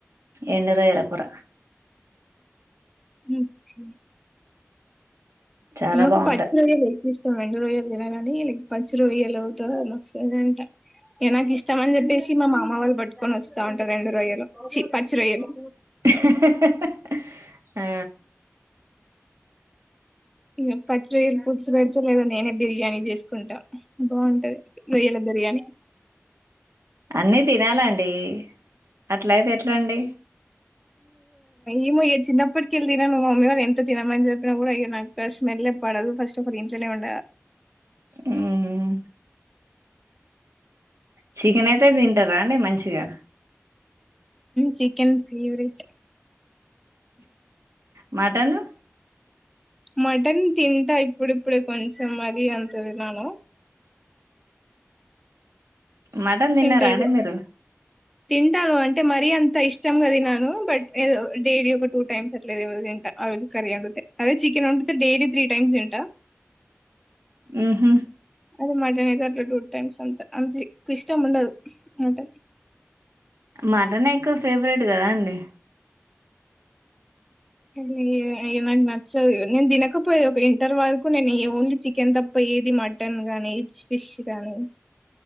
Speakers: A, on the right (about 85°); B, in the centre.
A: ఎండు రొయ్యల కూర
B: అక
A: చాలా
B: నాకు
A: బావుంటది.
B: పట్ మం రెండు రొయ్యలు తినగాని లే పచ్చి రొయ్యలు వస్తుందంట ఇగ నాకు ఇష్టం అని చెప్పేసి మా మామ వాళ్ళు పట్టుకొని వస్తా ఉంటారు రెండు రొయ్యలు చ్చి పచ్చి రొయ్యలు
A: ఉమ్ ఆ
B: ఇ పచ్చి వరు పుచ్చి పెర్చలేదు నేను బిర్యానీ చేసుకుంటాం. బాగుంటది రోయ్యల బిర్యానీ
A: అన్నీ తినాలండి అట్లయితే ఎట్లా అండి.
B: ఏమో చిన్నప్పటికెళ్ళి తినాను ను మమ్మీ వాారు ఎంత తినమని చెప్పినా కూడా ఇ నాకు స్మెల్ పడదు ఫస్ట్ ఆఫ్ ఆల్ ఇంట్లనే ఉండ
A: హ చికెన్ అయితే తింటారా అండి మంచిగా
B: చికెన్ ఫేవరెట్
A: మటను
B: మటన్ తింటా ఇప్పుడిప్పుడే కొంచం మరి అంత తినను
A: మటన్ తిన్నారా
B: తింటా ఏదో
A: అండి మీరు
B: తింటాను అంటే మరీ అంత ఇష్టంగా తినను బట్ ఏదో డైలీ ఒక టూ టైమ్స్ అట్ల ఏమో తింటా ఆ రోజు కర్రీ వండుతే అదే చికెన్ వండితే డైలీ త్రీ టైమ్స్ తింటా
A: హుహు.
B: అది మటని త టూ టైమ్స్ అంత అంత ఇష్టం ఉండదు అంట
A: మటన్ ఎక్కువ ఫేవరెట్ కదా అండి
B: ఆది అయ నాకు నచ్చదు నేను తినకపోయది ఒక ఇంటర్ వరకు నేను ఓన్లీ చికెన్ తప్ప ఏది మటన్ గాని ఫిష్ గాని